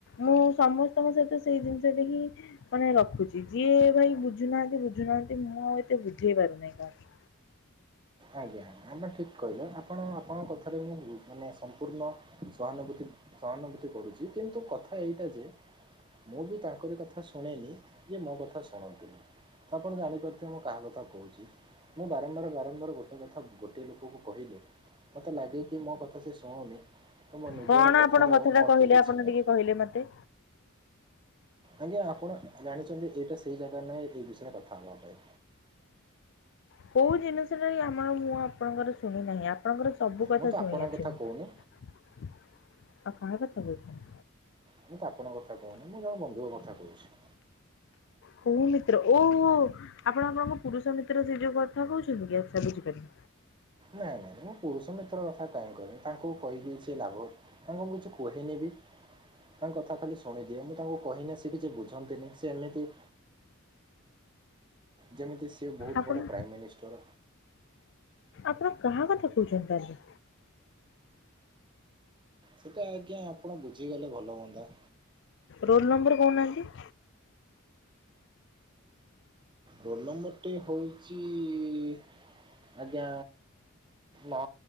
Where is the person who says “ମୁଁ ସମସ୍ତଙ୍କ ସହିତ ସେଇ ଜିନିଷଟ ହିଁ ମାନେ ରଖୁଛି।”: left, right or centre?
Left